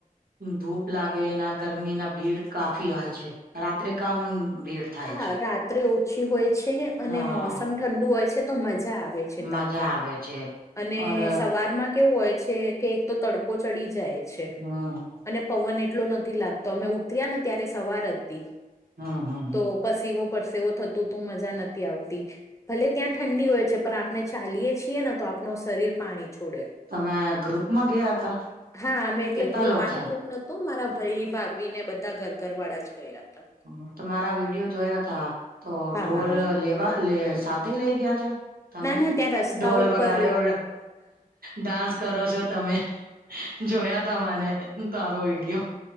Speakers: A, on the right; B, on the left.
A: ધૂપ લાગે એના ગરમી ના ભીડ કાફી હોય છે રાત્રે કામ ભીડ થાય
B: હા
A: છે
B: રાત્રે ઓછી હોય છે અને
A: હા
B: મોસમ ઠંડુ હોય છે તો મજા આવે
A: મજા
B: તમને
A: આવે છે
B: અને
A: ઓર
B: સવારમાં કેવું હોય છે કે એક તો તડકો ચડી જાય. છે
A: હા હા.
B: અને પવન એટલો નથી લાગતો અમે ઉતર્યા ને ત્યારે સવાર હતી.
A: હા હા.
B: તો પસીવો પડસેવો થતું તું મજા નથી આવતી. ભલે ત્યાં ઠંડી હોય છે પણ આપણે ચાલીએ છીએ ને તો આપણું શરીર પાણી છોડે.
A: તમે ગ્રુપમાં ગયા હતા
B: હા અમે એટલે
A: કેટલા
B: ગ્રુપ
A: લોકો
B: આમ
A: થયા
B: ગ્રુપ ન તો મારા ભાઈ ભાભી ને બધા ઘર ઘર વાળા જ ગયા હતા.
A: હ તમારા વિડીયો જોયા તા તો
B: હા
A: ઢોલ લેવા સાથ થી લઈ ગયા છો તમે
B: ના ના ત્યાં રસ્તા
A: ઢોલ
B: ઉપર
A: વગાડ્યો ડાન્સ કરો છો તમે જોયા તા મને તારો વિડીયો.